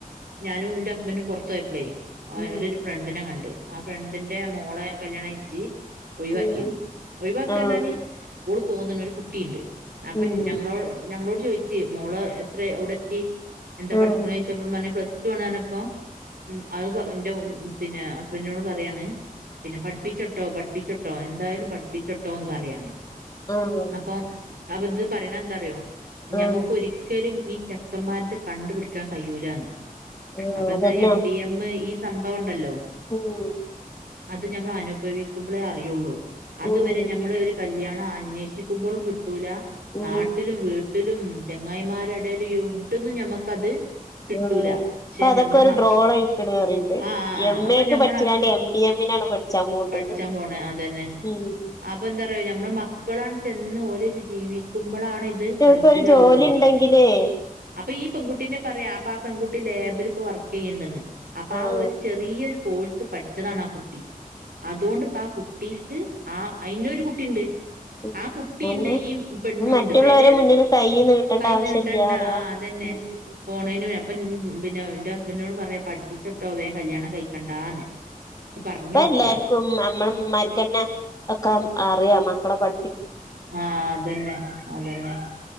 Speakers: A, on the right; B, on the left.
A: ഞാനും ന്റെ ഹസ്ബൻ്റും പൊറത്തോയപ്ലേ ഓയ
B: ഉം
A: ഓലര് ഫ്രണ്ടിനെ കണ്ട് ആ ഫ്രണ്ടിന്റെ മോളെ കല്യാണയിച്ച് ഒഴിവാക്കിണ്
B: ഉം
A: ഒഴിവാക്കാർഞ്ഞാല്
B: ആ
A: ഓള് പോന്ന്ണ് ഒരു കുട്ടീണ്ട് അപ്പം
B: ഉം
A: ഞങ്ങളോ ഞങ്ങളോട് ചോയിക്കേ മോള എത്രേ എവ്ടെത്തി എന്താപഠിക്ക്ണേ
B: ഉം
A: ച്ചപ്പം പർഞ്ഞ് പ്ലസ് റ്റു ആണ് പർഞ്ഞപ്പോ ഉം അത് പഇന്റെ മു പിന്നെ ഹസ്ബൻൻ്റിനോട് പറയാണ് പിന്നെ പഠിപ്പിച്ചട്ടോ പഠിപ്പിച്ചോട്ത്തോ എന്തായാലും പഠിപ്പിച്ചോട്ടോ ന്ന് പറയാണ്
B: ഉം ഉം
A: അപ്പൊ അപത് പറിണന്താറിയോ ഞമ്മക്കൊ
B: ഉം
A: രിക്കലും ഈ ചെക്കമ്മാര്ത് കണ്ട്പിടിക്കാകയ്യൂലാന്ന്
B: ആഹ്
A: അപ്പന്താ
B: അതന്നെ
A: എം ഡി യമ്മ് ഈ സംഭവണ്ടല്ലോ
B: ഉം
A: അത് ഞമ്മൾ അനുഭവിക്കുമ്പളേ അറിയുള്ളൂ അതുവരെ
B: ഉം
A: ഞമ്മൾ ഒരു കല്യാണം അന്വേഷിക്കുമ്പോളും കിട്ടൂല
B: ഉം
A: നാട്ടിലും വീട് ട്ടിലും ചെങ്ങായിമാരെ ഇടയിലും എവിടന്നും ഞമ്മക്കത് കിട്ടൂല
B: ആഹ് ഇപ്പൊ
A: പക്ഷെ
B: അതൊക്കെ
A: ഞമ്മളെ
B: ഒരു
A: മക്
B: ഡ്രോളയിക്ക്ണ് പറിണ്ട്
A: ആഹ് ആഹ് ആഹ്
B: എം
A: അപ്പൊ
B: എക്ക്
A: ഞമ്മളെ
B: പഠിച്ച്കാണ്ട് എം ഡി എമ്മിനാണ് പഠിച്ചാൻ പോവ്ണ്ട്ന്ന്
A: പഠിച്ചാൻ പോണ അതന്നെ
B: ഉം
A: അപ്പൊ എന്താ അറിയോ ഞമ്മള മക്കളാണ് ചെന്ന് ഓലൊരു ജീവിക്കുമ്പളാണ് ഇത് മനസ്സിലാവുള്ളൂ
B: ഇപ്പൊരു ജോലി ണ്ടെങ്കിലേ
A: അപ്പൊ ഈ പെൺകുട്ട്യന്നെ പറയാ അപ്പൊ ആ പെൺകുട്ടി ലേബിലിപ്പൊ
B: ഉം
A: വർക്ക് ചെയ്യണ്ടന്ന് അപ്പൊ
B: ആഹ്
A: ആ ഒരു ചെറിയൊരു കോഴ്സ് പഠിച്ചതാണ് ആ കുട്ടി അതുകൊണ്ട് ഇപ്പ ആ കുട്ടീക്ക് ആ അയിനൊരു കുട്ടിണ്ട്
B: ഉം
A: ആ കുട്ടീണ്ട്
B: അതന്നെ
A: ഈ പെണ്ണുംണ്ട്
B: മറ്റുള്ളവരെ
A: പെരേന്ന്
B: മുന്നില് കൈ നീട്ടണ്ട
A: കൈ
B: ആവശ്യല്ല്യ
A: നീട്ടണ്ട
B: പറയാ
A: ആ അതന്നെ
B: ഉം
A: പോണേന് വേ അപ്പം പിന്നെ എൻ്റെ ഹസ്ബൻറിനോട് പറയാ പഠിപ്പിച്ചിട്ടോ വേം കല്യാണം കഴിക്കണ്ടാന്ന് ഇത്
B: ഉം
A: പറഞ്ഞൊടുക്ക
B: ഇപ്പ എല്ലാര്ക്കും അമ്മള് മ്മാര്ക്കന്നെ ഒക്കെ അറിയാം മക്കളെ പ
A: ആഹ് അതന്നെ അതന്നെ
B: ഇപ്പ